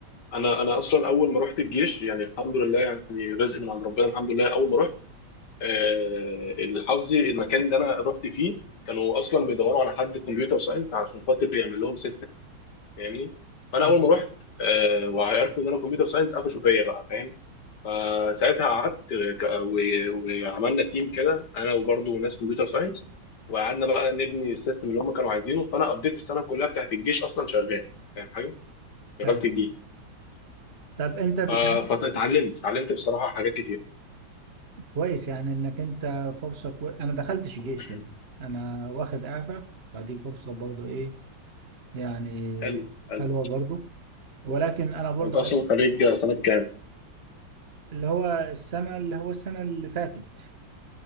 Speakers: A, on the left; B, on the right.
A: انا انا اصلا اول ما رحت الجيش يعني الحمد لله يعني رزق من عند ربنا الحمد لله اول ما رحت آه، حظي المكان اللي انا رحت فيه كانوا اصلا بيدوروا على حد كمبيوتر ساينس عشان خاطر يعمل لهم سيستم فاهمني فانا
B: اه
A: اول ما رحت آه، وعرفوا ان انا كمبيوتر ساينس قفشوا فيا بقى فاهم فساعتها قعدت ك- و- وعملنا تيم كده انا وبرضه ناس كمبيوتر ساينس وقعدنا بقى نبني السيستم اللي هم كانوا عايزينه فانا قضيت السنه كلها بتاعت الجيش اصلا شغال فاهم حاجه شغال
B: فاهم
A: في الجيش
B: طب انت بت...
A: ف- فاتعلمت اتعلمت بصراحه حاجات كتير
B: كويس يعني انك انت فرصة كو... انا دخلتش الجيش
A: <clears throat>
B: يعني انا واخد اعفاء فدي فرصة برضو ايه يعني
A: حلو حلو
B: حلوة برضو ولكن انا برضه
A: وانت اصلا
B: عايز
A: خريج سنه كام
B: اللي هو السنه اللي هو السنه اللي فاتت